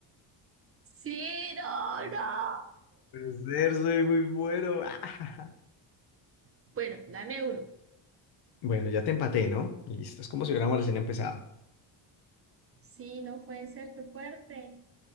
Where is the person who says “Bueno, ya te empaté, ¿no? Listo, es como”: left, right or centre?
Left